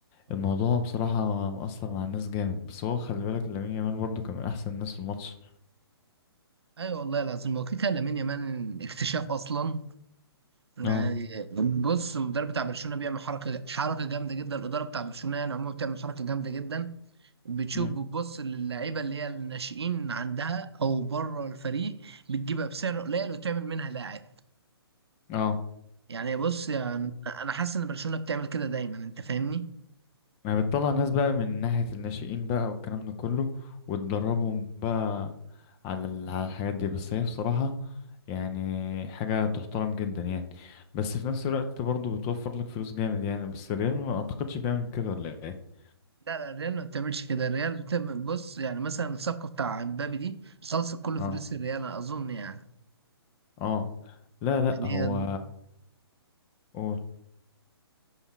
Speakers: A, on the left (about 20°); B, on the right (about 75°).
A: الموضوع
B: اه
A: بصراحة مأثر مع الناس جامد بس هو خلي بالك لامين يامال برضو كان من احسن الناس في الماتش
B: ايوه والله العظيم هو كده كده لامين يامال اكتشاف اصلا يعني
A: اه
B: بص المدرب بتاع برشلونه بيعمل حركه حركه جامده جدا الاداره بتاع برشلونه يعني عموما بتعمل حركه جامده جدا بتشوف
A: مم.
B: بتبص للعيبه اللي هي الناشئين عندها او بره الفريق بتجيبها بسعر قليل وتعمل منها لاعب
A: اه
B: يعني بص يعني انا حاسس ان برشلونه بتعمل كده دايما انت فاهمني
A: ما هي بتطلع ناس بقى من ناحية الناشئين بقى والكلام ده كله وتدربهم بقى على ال- على الحاجات دي بس هي بصراحة يعني حاجة تحترم جدا يعني بس في نفس الوقت برضه بتوفر لك فلوس جامد يعني بس الريال ما اعتقدش بيعمل كده ولا ايه
B: لا لا الريال ما بتعملش كده الريال بتعمل بص يعني مثلا الصفقه بتاع امبابي دي خلصت كل
A: اه
B: فلوس الريال أنا اظن يعني
A: اه لا لا
B: يعني
A: هو قول